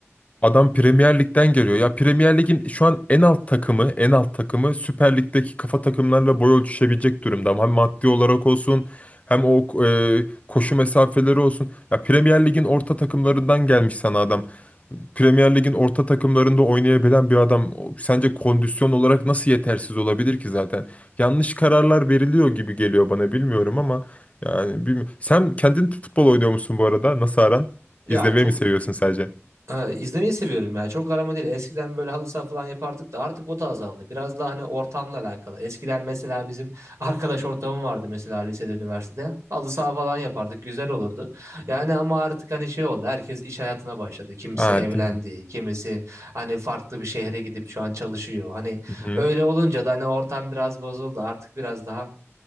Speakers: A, on the left; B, on the right.
A: Adam Premier Lig'den geliyor. Ya Premier Lig'in şu an en alt takımı, en alt takımı Süper Lig'deki kafa takımlarla boy ölçüşebilecek durumda. Hem maddi olarak olsun, hem o e, koşu mesafeleri olsun. Ya Premier Lig'in orta takımlarından gelmiş sana adam. Premier Lig'in orta takımlarında oynayabilen bir adam o- sence kondisyon olarak nasıl yetersiz olabilir ki zaten? Yanlış kararlar veriliyor gibi geliyor bana bilmiyorum ama yani bilmiyorum. Sen kendin futbol oynuyor musun bu arada? Nasıl aran?
B: Ya
A: İzlemeyi
B: çok
A: mi seviyorsun sadece?
B: Ha, izlemeyi seviyorum ya. Çok arama değil. Eskiden böyle halı saha falan yapardık da artık o da azaldı. Biraz daha hani ortamla alakalı. Eskiden mesela bizim <laughs> arkadaş ortamım vardı mesela lisede, üniversitede. Halı saha falan yapardık. Güzel olurdu. Yani ama artık hani şey oldu. Herkes iş hayatına başladı. Kimisi
A: Aa,
B: evlendi.
A: değil mi?
B: Kimisi hani farklı bir şehre gidip şu an çalışıyor. Hani
A: Hı-hı.
B: öyle olunca da hani ortam biraz bozuldu. Artık biraz daha